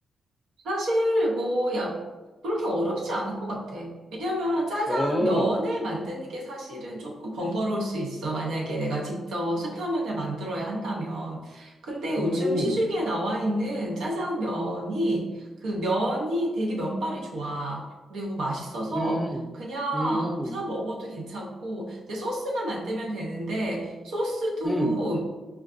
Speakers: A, on the right; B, on the left.
A: 사실 뭐 약 그렇게 어렵지 않을 것 같아. 왜냐면 짜장
B: 아,
A: 면을 만드는 게 사실은 조금 번거로울 수 있어. 만약에 내가 직접 수타면을 만들어야 한다면. 근데 요즘
B: 음,
A: 시중에 나와 있는 짜장면이 그 면이 되게 면발이 좋아. 그리고 맛있어서
B: 음,
A: 그냥
B: 음,
A: 사 먹어도 괜찮고 이제 소스만 만들면 되는데 소스도
B: 음,